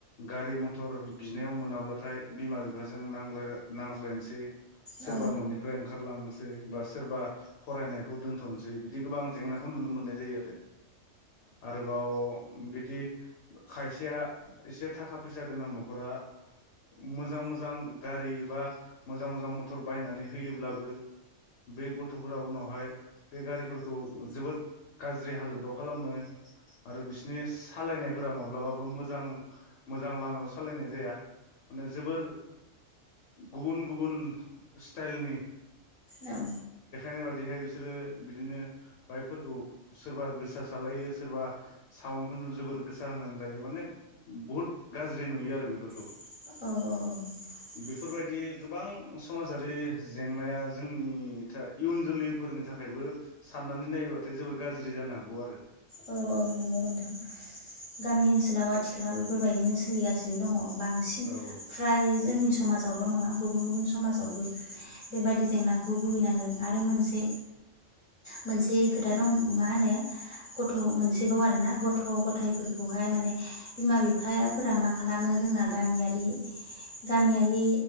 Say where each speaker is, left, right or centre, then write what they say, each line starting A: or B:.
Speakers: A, on the left (about 65°); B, on the left (about 30°).
A: गारि मटर बिनायाव मोनाब्लाथाय बिमा बिफाजों नांज्लाय नांज्लायनोसै। सोरबा
B: औ
A: न'निफ्राय ओंखारलांनो सै बास सोरबा खौ दोनथ'नोसै बिदि गोबां जेंनाखौ नुनो मोननाय जायो आरो आरोबाव बिदि खायसेया एसे थाखा फैसा गोनां न'खरा मोजां मोजां गारि बा मोजां मोजां मथर बायनानै होयोब्लाबो बे गथ' फोरा उनाव हाय बे गारिफोर खौ जोबोद गाज्रि हालोदाव खालामो आरो बिसिनि सालायनाय फोरा माब्लाबाबो मोजां मोजां लामायाव सालायनाय जाया माने जोबोर गुबुन गुबुन स्टाइलनि
B: औ
A: खायनाय बादिहाय बिसोरो बिदिनो बाइकफोरखौ सोरबा गोसा सालायो सोरबा साउन्डखौ जोबोर गोसा होनानै लायो माने बुहुत गाज्रि नुयो आरो बेफोरखौ।
B: औ औ औ
A: बेफोरबायदि गोबां समाजारि जेंनाया जोंनि था इयुन जोलैफोरनि थाखायबो साननानै नायोबाथाय जोबोर गाज्रि जानो हागौ आरो
B: औ औ नंगौ नोंथां गामि ओनसोलाव आथिखालाव बेफोरबायदिनो सोलिगासिनो दङ। बांसिन
A: औ
B: फ्राय जोंनि स समाजावल' नङा गुबुन गुबुन समाजावबो बेबादि जेंनाखौ भुगिनांदों आरो मोनसे मोनसे खोथा दं मा होनो गथ' मोनसेबाव आरोना गथ' ग'थाइफोरखौहाय माने बिमा बिफाफोरा मा खालामो जोंना गामिया <unintelligible> गामियारि